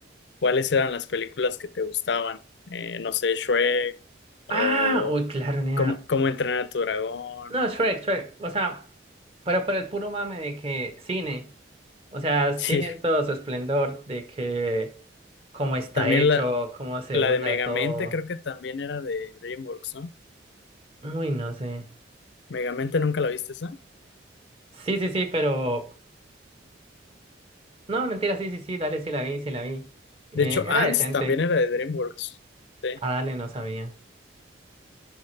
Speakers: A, on the left; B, on the right.
A: ¿cuáles eran las películas que te gustaban? Eh, no sé, Shrek o
B: Ah, uy, claro, nea.
A: Cómo, cómo entrenar a tu dragón.
B: No, Shrek,
A: <laughs>
B: Shrek, o sea, pero por el puro mame de que cine, o sea, cine
A: Sí,
B: en todo su esplendor, de que cómo está
A: también
B: hecho,
A: la,
B: cómo se
A: la
B: burla
A: de Megamente
B: de todo.
A: creo que también era de DreamWorks, ¿no?
B: Uy, no sé.
A: Megamente nunca la viste esa.
B: Sí, sí, sí, pero. No, mentira, sí, sí, sí, dale, sí la vi, sí la vi. Eh,
A: De hecho,
B: era
A: Ants
B: decente.
A: también era de DreamWorks. Sí,
B: Ah, dale, no sabía.